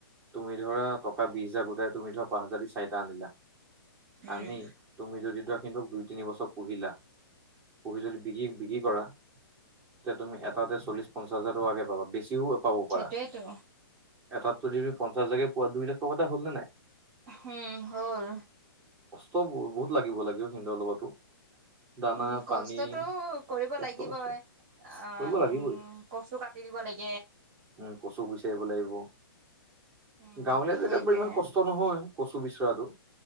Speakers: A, on the right (about 15°); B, on the right (about 40°).
A: তুমি ধৰা টকা বিছ হাজাৰ গোটাই তুমি ধৰা পাঁচ হাজাৰদি চাৰিটা আনিলা
B: উম
A: আনি তুমি যদি ধৰা হিন্তক দুই তিন বছৰ পুহিলা পুহি যদি বিকি বিক্ৰী কৰা। এতিয়া তুমি এটাতে চলিচ পঞ্চাচ হেজাৰ টকাকে পাবা বিছ তীও পাব
B: সেইটোয়েতো
A: পাৰা এটাত যদি তুমি পঞ্চাশ হাজাৰকে পোৱা দুই লাখ টকা এটা হ'ল নে নাই?
B: হম, হ'ল।
A: চব বহুত লাগিব -লাগিব সিন্দৰ লগতো। দানা
B: উম, কষ্টটো
A: পানী
B: কৰিব
A: কষ্ট
B: লাগিবই।
A: আছে
B: অ',
A: কৰিব লাগিবই
B: উম কচু কাটি দিব লাগিব।
A: উম, কচু বিচাৰিব লাগিব।
B: উম
A: গাঁৱলীয়া
B: সেইটোৱে
A: জেগাত বাৰু ইমান কষ্ট নহয় কচু বিচৰাটো